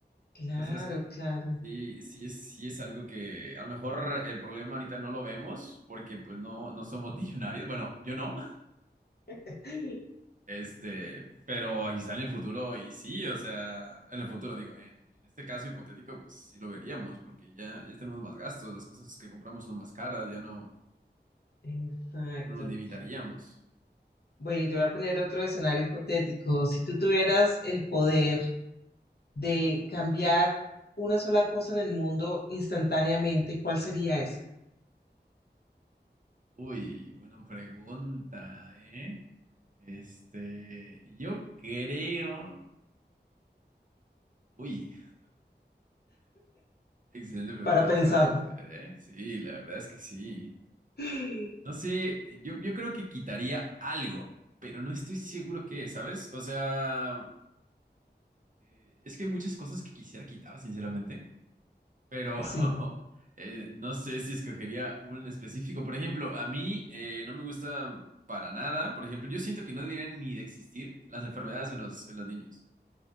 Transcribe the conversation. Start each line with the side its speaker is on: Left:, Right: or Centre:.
Left: claro,
Right: Entonces,
Left: claro.
Right: sí, sí es, sí es algo que a lo mejor el problema ahorita no lo vemos porque pues no, no somos <laughs> millonarios. Bueno, yo no.
Left: <laughs>
Right: Este, pero quizá en el futuro, y sí, o sea, en el futuro, digo, en, en este caso hipotético, pues sí lo veríamos, porque ya, ya tenemos más gastos, las cosas que compramos son más caras, ya no,
Left: Exacto.
Right: ya no nos limitaríamos.
Left: Bueno, y te voy a poner otro escenario hipotético. Si tú tuvieras el poder de cambiar una sola cosa en el mundo instantáneamente, ¿cuál sería esa?
Right: Uy, buena pregunta, ¿eh? Este, yo creo. Uy, excelente pregunta
Left: Para pensar.
Right: me acabas de hacer, ¿eh? Sí, la verdad es que sí.
Left: <laughs>
Right: No sé, yo, yo creo que quitaría algo, pero no estoy seguro qué, ¿sabes? O sea. Eh, es que hay muchas cosas que quisiera quitar, sinceramente, pero <laughs>
Left: Sí,
Right: eh, no sé si escogería un en específico. Por ejemplo, a mí eh, no me gusta para nada. Por ejemplo, yo siento que no deberían ni de existir las enfermedades en los, en los niños.